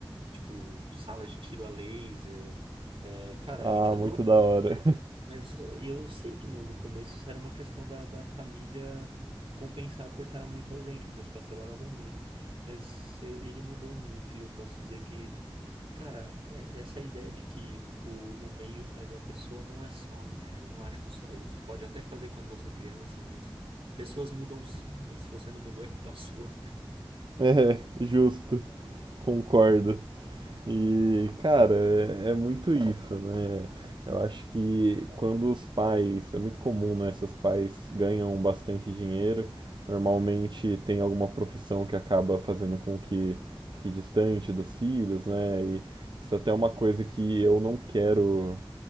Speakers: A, on the right; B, on the right.
A: tipo, sala de tiro a laser? É, cara,
B: Ah,
A: a gente adorava,
B: muito da hora.
A: né? Mas eh, eu sei que no, no começo isso era uma questão da, da família compensar por estar muito ausente, porque os pais trabalhavam muito. Mas eu- ele mudou muito e eu posso dizer que, cara, é- essa ideia de que o, o meio faz a pessoa não é só, né? Eu não acho que é só isso. Pode até fazer quando você é criança, mas pessoas mudam sim, né? E se você não mudou, é culpa <laughs> sua.
B: <laughs> Justo, concordo. E, cara, é, é muito isso, né? Eu acho que quando os pais, é muito comum, né? Esses pais ganham bastante dinheiro, normalmente tem alguma profissão que acaba fazendo com que fique distante dos filhos, né? E isso até é uma coisa que eu não quero